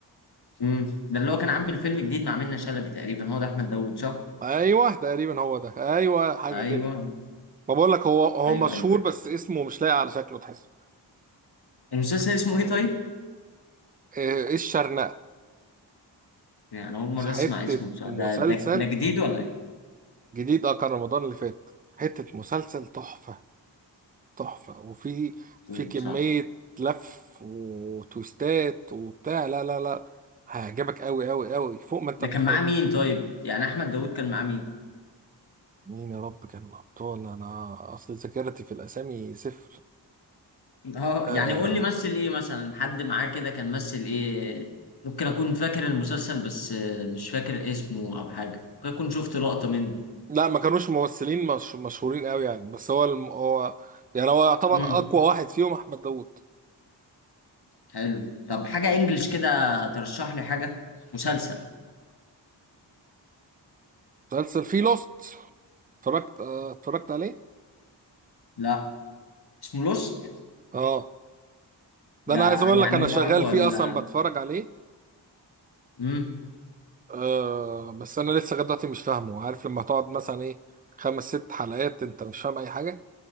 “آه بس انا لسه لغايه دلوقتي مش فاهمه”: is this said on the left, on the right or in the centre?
Right